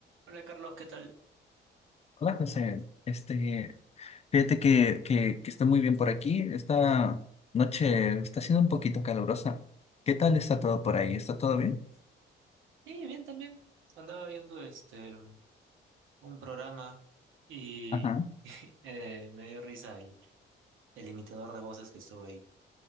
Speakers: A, on the right; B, on the left.
A: Hola Carlos, ¿qué tal?
B: Hola José, este, fíjate que, que, que está muy bien por aquí. Esta noche está siendo un poquito calurosa. ¿Qué tal está todo por ahí? ¿Está todo bien?
A: Sí, bien también. Andaba viendo este un programa y
B: Ajá.
A: <laughs> eh, me dio risa el, el imitador de voces que estuvo ahí.